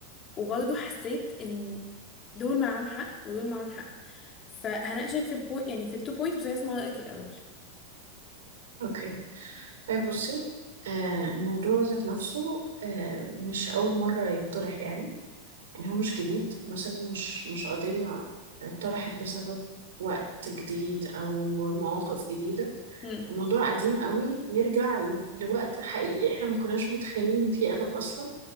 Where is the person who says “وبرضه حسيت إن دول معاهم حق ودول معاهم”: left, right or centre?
Left